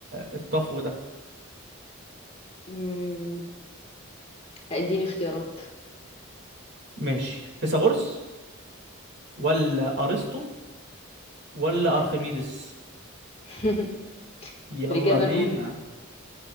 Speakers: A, on the right; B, on the left.
A: الطفو ده
B: أمم، اديني اختيارات
A: ماشي فيثاغورس ولا ارسطو ولا ارخميدس
B: <laughs>
A: يلا
B: الاجابه
A: بينا
B: الاولى